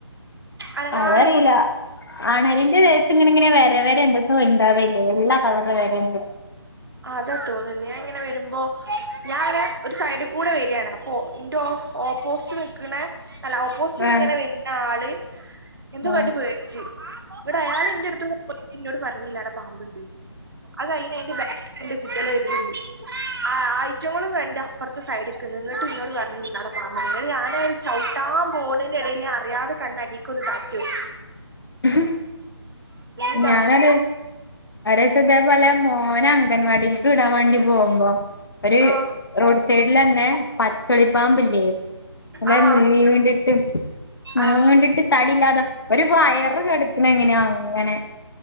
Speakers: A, on the right; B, on the left.
A: അനങ്ങാതെ
B: അതറിയില്ല
A: ഇങ്ങ
B: അണലിൻ്റെ ദേഹത്ത് ഇങ്ങനെ വരവര എന്തെക്കെയോ ഉണ്ടാകൂലേവെള്ള കളറ് വേരണ്ട്
A: അതാ തോന്നുന്നു ഞാൻ ഇങ്ങനെ വരുമ്പോ ഞാൻനെ ഒരു സൈഡ് കൂടെ വരാ ണ് അപ്പൊ ന്റെ ഓ ഓപോസിറ്റ് നിക്കണേ അല്ല ഓപ്പോസിറ്റ്
B: ആഹ്
A: ഇങ്ങനെ വരുന്ന ആൾ എന്തോ
B: ആഹ്
A: കണ്ട് പേടിച്ചു ഇവിടെ അയാൾ എൻ്റെടുത്ത് <unintelligible> ഇ ന്നോടു പറഞ്ഞില്ല അവിടെ പാമ്പുണ്ട് അഇഹ് കഴിഞ്ഞ് അയിന്റെ ബാക്ക് കുട്ട്യാള് വര്ണ്ട് ആഐറ്റങ്ങളും കണ്ട് അപ്പുറത്തെ സൈഡ് ക്ക് ന്ന് ഇ ന്ന്ട്ട്നിങ്ങിട്ട് ഇന്നോട് പറഞ്ഞു അവ്ടെ പാമ്പ്ണ്ട് ഇങ്ങട്ട് ഞാനത് ചവിട്ടാൻ പോകണതിന്റെടയിൽഞൻ അറിയാതെ കണ്ണാടിക്ക് ഒന്ന് <unintelligible>
B: ങ്‌ഹ്ഞാനൊരു
A: ഇന്റെ അവസ്ഥ
B: ഒരട്ടം ഇതേപോലെ മോനാണ് അംഗൻവാടിയിലേക്ക് വിടാൻ വേണ്ടി പോകുമ്പോൾ ഒരു
A: ആ
B: റോഡ് സൈഡിൽ തന്നെ പച്ചളി പാമ്പില്ലേ നല്ല
A: ആ
B: നീണ്ടിട്ട് നീണ്ടിട്ട്
A: ആ
B: തടിയില്ലാതെ ഒരു വയറു കിടക്ണഎങ്ങനാ അങ്ങനെ